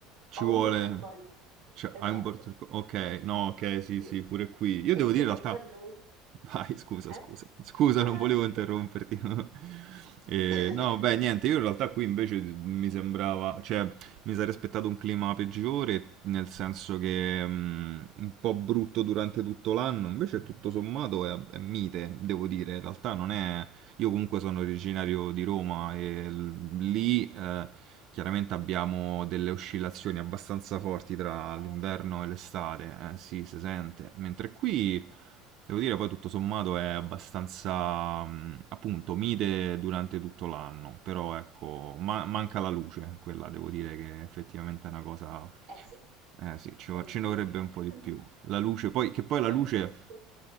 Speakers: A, on the right; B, on the right.
A: Ci
B: ho
A: vuole
B: un border collie,
A: cioè hai
B: esatto.
A: un border co okay, no, okay,
B: Sì.
A: sì, sì, pure qui. Io
B: E
A: devo
B: quindi
A: dire in realtà
B: per lui
A: <laughs> vai, scusa, scusa.
B: eh?
A: Scusa,
B: No,
A: non
B: no,
A: volevo
B: niente.
A: interromperti. <laughs> Ehm,
B: <coughs>
A: no, beh, niente, io in realtà qui invece mi sembrava cioè mi sarei aspettato un clima peggiore, nel senso che, mhmm, un po' brutto durante tutto l'anno, invece tutto sommato è è mite, devo dire. In realtà non è Io comunque sono originario di Roma e l- lì eh, chiaramente abbiamo delle oscillazioni abbastanza forti tra
B: Eh
A: l'inverno
B: sì,
A: e l'estate, eh, sì, si sente, mentre qui devo dire poi tutto sommato è abbastanza mh, appunto mite durante tutto l'anno, però ecco, ma- manca la luce, quella devo dire che effettivamente è una cosa...
B: eh sì,
A: Eh sì, ci,
B: eh
A: vo- ci
B: sì,
A: ne vorrebbe
B: <laughs>
A: un po' di più. La luce, poi, che poi la
B: capisco.
A: luce